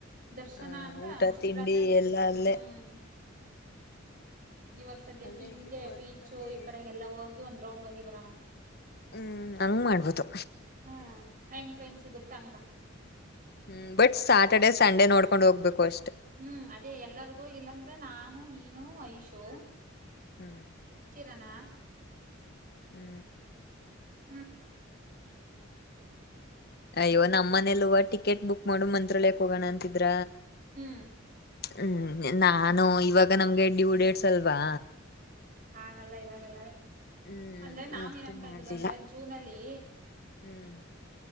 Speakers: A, on the right; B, on the left.
A: ದರ್ಶನ
B: ಆ
A: ಆದ್ರ
B: ಊಟ ತಿಂಡಿ
A: ರಜಾ
B: ಎಲ್ಲ
A: ಹ್ಮ್
B: ಅಲ್ಲೇ
A: ಇವಾಗ ಸದ್ಯಕ್ಕೆ
B: ಆದ್ರೆ
A: ಹಿಂಗೆ
B: ಇಲ್ಲಿ ವರ್ಕ್
A: ಪೀಚು
B: ಅಲ್ಲಿ
A: ಈ ಕಡೆಗೆಲ್ಲ ಹೋಗಿ ಒಂದ್ ರೌಂಡ್ ಹೋಗಿ ಬರಮಾ
B: ಹ್ಮ್ ಹಂಗ ಮಾಡ್ಬೋದು
A: ಹ್ಮ್ ವ್ಯಾಂಕೈನ್ ಸಿಗತ ಅಂಗ
B: ಹ್ಮ್ ಬಟ್ ಸ್ಯಾಟರ್ಡೆ ಸಂಡೆ ನೋಡ್ಕೊಂಡ್ ಹೋಗ್ಬೇಕು ಅಷ್ಟೇ
A: ಹ್ಮ್ ಅದೇ ಎಲ್ಲರಿಗೂ ಇಲ್ಲಾಂದ್ರೆ ನಾನು ನೀನು ಐಶು
B: ಹ್ಮ್
A: ಕಿರಣಾ
B: ಹೂ
A: ಹ್ಮ್
B: ಅಯ್ಯೋ ನಮ್ಮ ಮನೇಲೂವ ಟಿಕೆಟ್ ಬುಕ್ ಮಾಡು ಮಂತ್ರಾಲಯಕ್ ಹೋಗೋಣ ಅಂತಿದ್ರ
A: ಹ್ಮ್
B: ಹ್ಮ್ ನಾನು ಇವಾಗ ನಮ್ಗೆ ಟು ಡೇಡ್ಸ ಅಲ್ವಾ
A: ಹಾಗಲ್ಲ ಇವಾಗೆಲ್ಲ
B: ಹ್ಮ್
A: ಅಂದ್ರೆ ನಾವವು
B: ಅದಕ್ಕೆ
A: ಏನು ಅನ್ಕೊಂಡಿರದು
B: ಮಾಡ್ಲಿಲ್ಲ
A: ಅಂದ್ರೆ ಜೂನಲ್ಲಿ
B: ಹ್ಮ್ <unintelligible>